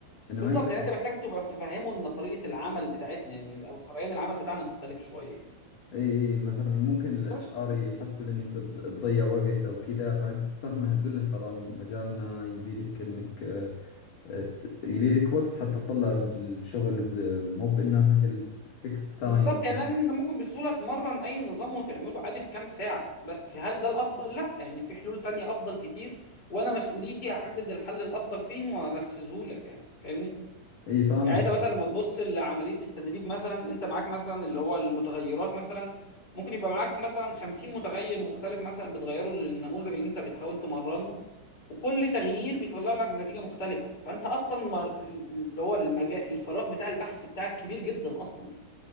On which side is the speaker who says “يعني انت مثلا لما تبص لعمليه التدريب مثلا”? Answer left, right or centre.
Left